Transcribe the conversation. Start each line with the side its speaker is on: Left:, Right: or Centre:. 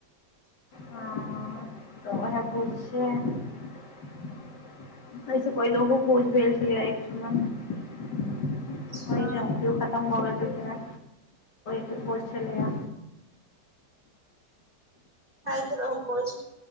Left: हं। तऽ उहै भोज छैय एहिस पहिलहो भोज भेल छलय एकठमन ओहिठाम
Right: अच्छा
Left: कियो खतम भऽ गेल छलखिनहे। भोज छलैया।
Right: खाइत रहु भोज